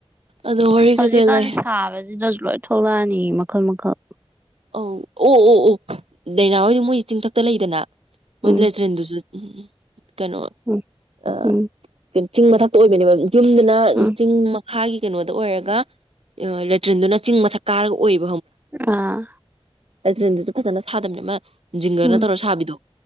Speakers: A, on the right (about 70°); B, on the right (about 15°).
A: ꯑꯗꯣ ꯍꯣꯔ
B: ꯍꯧꯖꯤꯛꯀꯥꯟ
A: ꯀꯩꯀꯩ ꯂ
B: ꯁꯥꯕꯁꯤꯗꯁꯨ ꯂꯣꯏ ꯊꯣꯛꯂꯛꯑꯅꯤ ꯃꯈꯜ ꯃꯈꯜ
A: ꯑꯧ ꯑꯣ ꯑꯣ ꯑꯣ ꯗꯥꯏꯅꯥ ꯍꯣꯏꯗꯤ ꯃꯣꯏꯁꯦ ꯆꯤꯡꯊꯛꯇ ꯂꯩꯗꯅ ꯃꯣꯏ
B: ꯎꯝ
A: ꯂꯆ ꯔꯦꯟ ꯎꯝ ꯀꯩꯅꯣ
B: ꯎꯝ
A: ꯑ
B: ꯎꯝ
A: ꯆꯤꯡ ꯃꯊꯛꯇ ꯑꯣꯏꯕꯅꯦꯕ ꯌꯨꯝꯗꯅ
B: ꯎꯝ
A: ꯆꯤꯡ ꯃꯈꯥꯒꯤ ꯀꯩꯅꯣꯗ ꯑꯣꯏꯔꯒ ꯂꯦꯇ꯭ꯔꯤꯟꯗꯨꯅ ꯆꯤꯡ ꯃꯊꯛ ꯀꯥꯔꯒ ꯑꯣꯏꯕ
B: ꯑꯥ
A: ꯖꯟꯗꯨꯁꯨ ꯐꯖꯅ ꯁꯥꯗꯝꯅꯦꯃ ꯖꯤꯡꯒꯔꯅ
B: ꯎꯝ
A: ꯇꯧꯔ ꯁꯥꯕꯤꯗꯣ